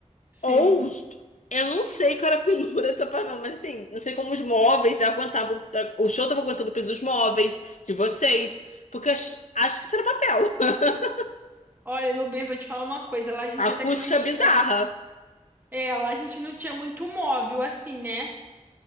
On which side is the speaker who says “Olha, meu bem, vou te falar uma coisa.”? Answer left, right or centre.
Right